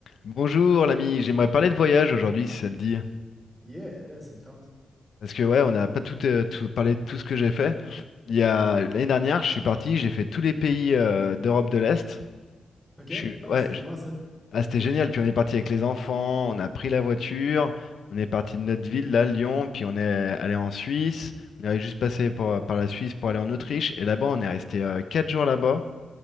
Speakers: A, on the left (about 60°); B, in the centre.
A: Bonjour l'ami, j'aimerais parler de voyage aujourd'hui si ça te dit.
B: Yeah, eh, ça me tente.
A: Parce que ouais, on n'a pas tout, euh, tout- parlé de tout ce que j'ai fait. Il y a l'année dernière, je suis parti, j'ai fait tous les pays euh, d'Europe de l'Est.
B: OK.
A: Je suis
B: Ah,
A: ouais,
B: c'était
A: je-
B: comment ça?
A: ah, c'était génial. Puis on est parti avec les enfants, on a pris la voiture, on est parti de notre ville, là, Lyon, puis on est allé en Suisse. On est juste passé pour- par la Suisse pour aller en Autriche. Et là-bas, on est resté euh, quatre jours là-bas.